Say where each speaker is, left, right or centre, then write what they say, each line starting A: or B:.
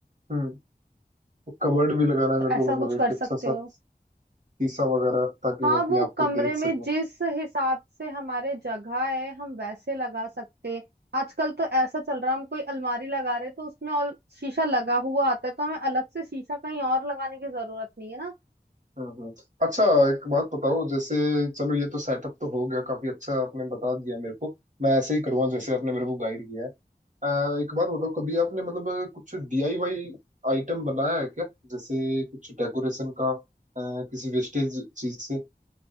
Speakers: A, on the right (about 50°); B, on the right (about 80°).
A: हम्म कबर्ड भी लगाना है
B: तो
A: मेरे को
B: ऐसा
A: मतलब
B: कुछ
A: एक
B: कर
A: अच्छा
B: सकते
A: सा
B: हो
A: शीशा वगैरह ताकि
B: हाँ
A: मैं अपने
B: वो
A: आप
B: कमरे
A: को देख
B: में
A: सकूं
B: जिस हिसाब से हमारे जगह है हम वैसे लगा सकते हैं। आजकल तो ऐसा चल रहा है हम कोई अलमारी लगा रहे हैं, तो उसमें और शीशा लगा हुआ आता है तो हमें अलग से शीशा कहीं और लगाने की जरूरत नहीं है ना
A: हम्म हम्म अच्छा एक बात बताओ जैसे चलो ये तो सेटअप तो हो गया काफी अच्छा आपने बता दिया मेरे को मैं ऐसे ही करूँगा जैसे आपने मेरे को गाइड किया है अ, एक बात बताओ कभी आपने मतलब कुछ डीआईवाई आइटम बनाया है क्या जैसे कुछ डेकोरेशन का अ, किसी वेस्टेज चीज से